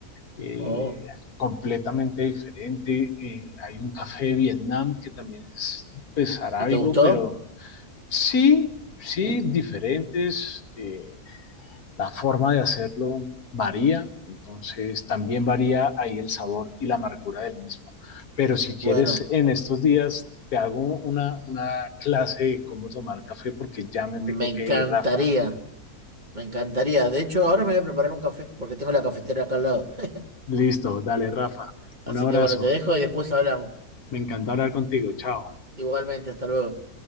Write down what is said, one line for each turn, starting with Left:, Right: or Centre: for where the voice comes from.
Left: eh,
Right: Oh.
Left: completamente diferente. Eh, hay un café de Vietnam que también es, pues, arábigo,
Right: ¿Y te gustó?
Left: pero sí, sí, diferentes.
Right: Sí.
Left: eh, la forma de hacerlo varía, entonces también varía ahí el sabor y la amargura del mismo. Pero si quieres,
Right: Bueno,
Left: en estos días te hago una, una clase de cómo tomar café porque ya me
Right: me
Left: tengo
Right: encantaría.
Left: que ir, Rafa.
Right: Me encantaría. De hecho, ahora me voy a preparar un café porque tengo la cafetera acá al lado. <laughs>
Left: Listo, dale, Rafa.
Right: Así
Left: Un abrazo.
Right: que bueno, te dejo y después hablamos.
Left: Me encanta hablar contigo. Chao.
Right: Igualmente, hasta luego.